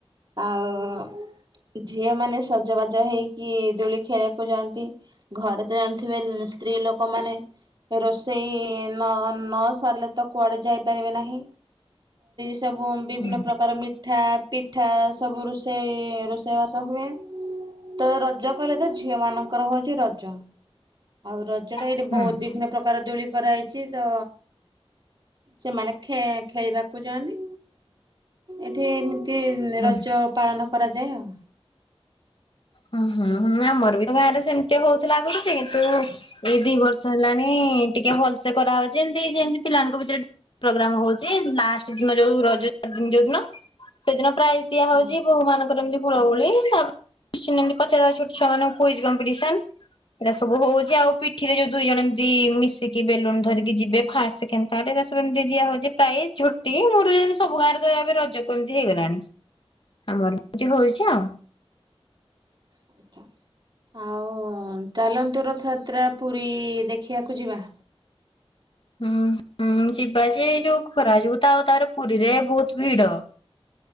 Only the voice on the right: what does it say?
ଆଉ ଝିଅ ମାନେ ସଜବାଜ ହେଇକି ଦୋଳି ଖେଳିବାକୁ ଯାଆନ୍ତି। ଘରେ ତ ଜାଣିଥିବେ ସ୍ତ୍ରୀ ଲୋକମାନେ ରୋଷେଇ ନ ନ ସାରିଲେ ତ କୁଆଡେ ଯାଇପାରିବେ ନାହିଁ। ସବୁ ବିଭିନ୍ନ
ପ୍ରକାର ମି ମିଠା, ପିଠା ସବୁ ରୋଷେଇ ରୋଷେଇବାସ ହୁଏ। ତ ରଜ କହିଲେ ତ ଝିଅ ମାନଙ୍କର ହଉଛି ରଜ। ଆଉ ରଜଟା ଏଇଠି
ବହୁତ ବିଭିନ୍ନ ପ୍ରକାରର ଦୋଳି କରାହେଇଛି ତ ସେମାନେ ଖେ ଖେଳିବାକୁ ଯାଆନ୍ତି, ଏଠି ଏମିତି
ରଜ ପାଳନ କରାଯାଏ ଆଉ।
ଆଉ।
ଆ ତା ଆଉ ଚାଲନ୍ତୁ ରଥଯାତ୍ରା ପୁରୀ ଦେଖିବାକୁ ଯିବା।